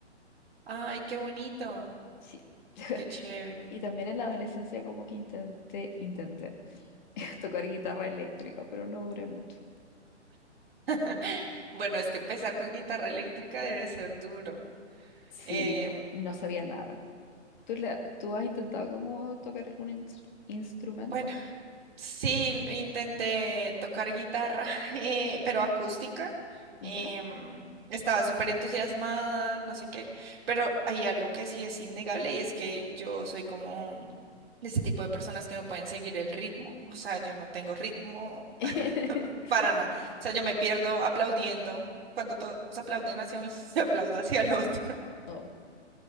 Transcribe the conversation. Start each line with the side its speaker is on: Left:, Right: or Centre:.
Right: Ay, qué bonito,
Left: Sí. <laughs>
Right: qué chévere.
Left: Y también en la adolescencia como que intenté, intenté <laughs> tocar guitarra eléctrica, pero no duré mucho.
Right: <laughs> Bueno, es que empezar con guitarra eléctrica debe ser duro.
Left: Sí,
Right: Em,
Left: no sabía nada. ¿Tú, le- tú has intentado como tocar algún ins- instrumento?
Right: Bueno, Sí, intenté tocar guitarra, <laughs> eh, pero acústica.
Left: ¿Ya?
Right: em, estaba súper entusiasmada, no sé qué, pero hay algo que sí es innegable y es que yo soy como de ese tipo de personas que no pueden seguir el ritmo, o sea, yo no tengo ritmo
Left: <laughs>
Right: <laughs> para nada, o sea, yo me pierdo aplaudiendo, cuando todos aplauden hacia un lado, <laughs> yo aplaudo hacia el otro.
Left: No.